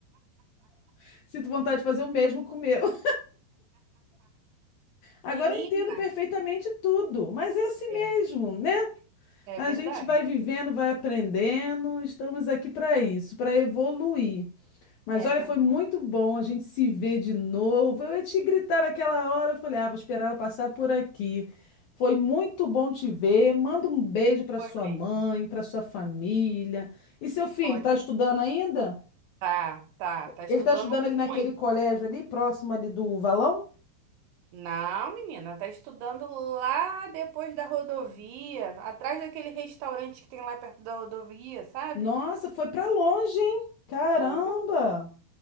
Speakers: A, on the left; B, on the right.
A: <laughs> Sinto vontade de fazer o mesmo com o meu. <laughs> Agora
B: Menina,
A: eu entendo perfeitamente tudo, mas é assim
B: é,
A: mesmo, né?
B: é
A: A
B: verdade,
A: gente vai vivendo, vai aprendendo, estamos aqui para isso, para evoluir. Mas
B: é
A: olha,
B: verdade.
A: foi muito bom a gente se ver de novo. Eu ia te gritar naquela hora, eu falei, ah, vou esperar ela passar por aqui. Foi muito bom te ver. Manda um beijo para
B: Foi
A: sua
B: mesmo,
A: mãe, para sua família. E seu filho,
B: pode
A: tá estudando ainda?
B: Tá, tá, tá estudando
A: Ele tá estudando ali naquele
B: ruim.
A: colégio ali, próximo ali do Valão?
B: Não, menina, tá estudando lá depois da rodovia, atrás daquele restaurante que tem lá perto da rodovia, sabe?
A: Nossa, foi para longe, hein? Caramba!
B: oi